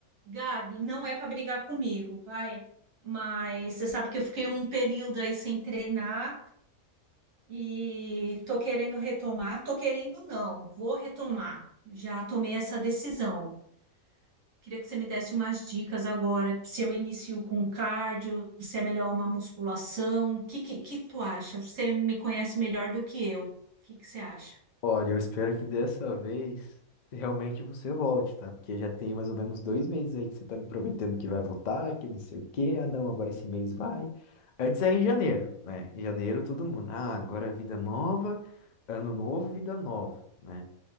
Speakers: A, on the right; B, on the left.
A: Gabi, não é para brigar comigo, vai. Mas você sabe que eu fiquei um período aí sem treinar e tô querendo retomar. Tô querendo não, vou retomar. Já tomei essa decisão. Queria que você me desse umas dicas agora, se eu inicio com cardio, se é melhor uma musculação, o que, que, que tu acha? Você me conhece melhor do que eu. O que, que você acha?
B: Olha, eu espero que dessa vez realmente você volte, tá? Porque já tem mais ou menos dois meses aí que você tá me prometendo que vai voltar, que não sei o quê. Ah, não, agora esse mês vai. Antes era em janeiro, né? Em janeiro todo mundo. Ah, agora é vida nova, ano novo, vida nova, né?